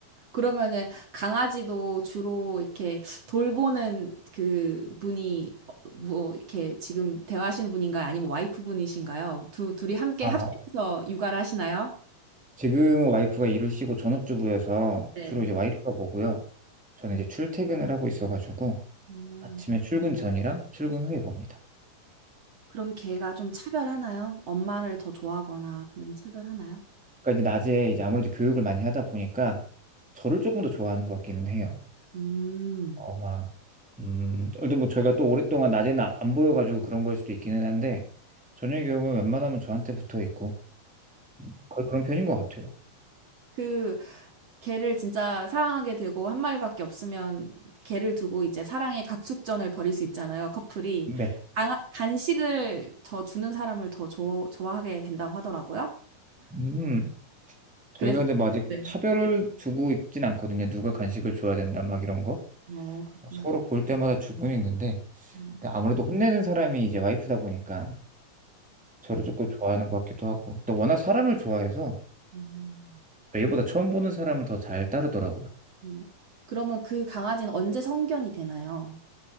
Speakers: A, on the right; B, in the centre.
A: 그러면은 강아지도 주로 이렇게 돌보는 그 분이 어, 뭐 이렇게 지금 대화하시는 분인가요? 아니면 와이프 분이신가요? 두 둘이 함께
B: 아,
A: 합심해서 육아를 하시나요?
B: 지금은 와이프가 일을 쉬고 전업주부여서
A: 네.
B: 주로 이제 와이프가 보고요. 저는
A: 음.
B: 이제 출퇴근을 하고 있어가지고
A: 음.
B: 아침에 출근 전이랑 출근 후에 봅니다.
A: 그럼 걔가 좀 차별하나요? 엄마를 더 좋아하거나 그런 차별하나요?
B: 그러니까 이제 낮에 이제 아무래도 교육을 많이 하다 보니까 저를 조금 더 좋아하는 것 같기는 해요.
A: 음.
B: 어, 막, 음, 근데 뭐 저희가 또 오랫동안 낮에는 안 보여가지고 그런 걸 수도 있기는 한데 저녁에 오면 웬만하면 저한테 붙어 있고 음, 거의 그런 편인 것 같아요.
A: 그 개를 진짜 사랑하게 되고 한 마리밖에 없으면 개를 두고 이제 사랑의 각축전을 벌일 수 있잖아요, 커플이.
B: 네.
A: 아, 간식을 더 주는 사람을 더 좋아, 좋아하게 된다고 하더라고요.
B: 음, 저희가
A: 그래서
B: 근데 뭐 아직
A: 네.
B: 차별을 주고 있진 않거든요. 누가 간식을 줘야 된다 막 이런 거.
A: 어, 그렇구나.
B: 서로 볼 때마다 주고는 있는데
A: 음,
B: 근데 아무래도 혼내는 사람이 이제 와이프다 보니까 저를 조금 좋아하는 것 같기도 하고 또 워낙 사람을 좋아해서
A: 음,
B: 얘보다 처음 보는 사람은 더 잘 따르더라고요.
A: 음. 그러면 그 강아지는 언제 성견이 되나요?